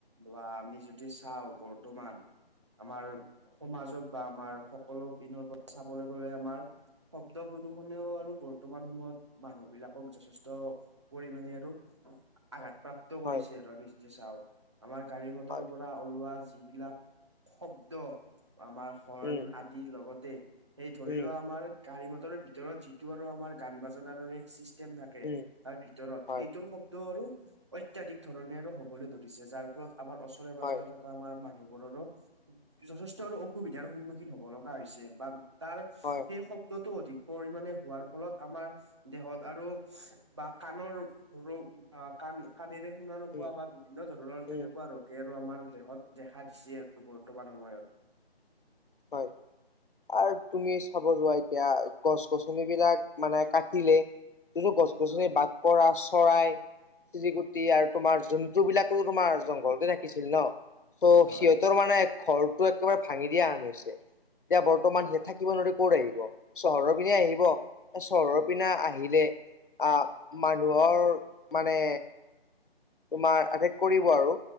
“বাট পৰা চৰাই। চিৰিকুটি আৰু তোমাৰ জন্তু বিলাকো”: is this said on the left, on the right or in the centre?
Left